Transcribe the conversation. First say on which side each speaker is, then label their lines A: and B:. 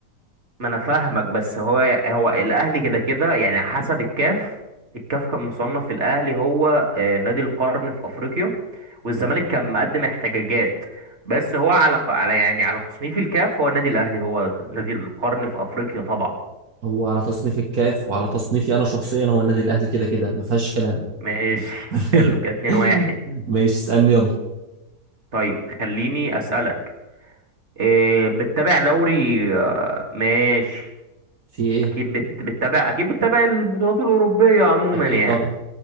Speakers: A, on the right; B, on the right.
A: ما انا فاهمك بس هو هو الاهلي كده كده يعني حسب الكاف الكاف كان مصنف الاهلي هو آه، نادي القرن في افريقيا والزمالك كان مقدم احتجاجات بس هو على على يعني على تصنيف الكاف هو النادي الاهلي هو نادي القرن في افريقيا طبعا
B: هو على تصنيف الكاف وعلى تصنيفي انا شخصيا هو النادي الاهلي كده كده ما فيهاش كلام
A: ماشي
B: <laughs>
A: حلو كده 2 1
B: ماشي اسالني يلا
A: طيب خليني اسالك آه، بتتابع دوري آه، ماشي
B: في ايه
A: اكيد بت- بتتابع اكيد بتتابع البطولات الاوروبيه عموما
B: اكيد
A: يعني
B: طبعا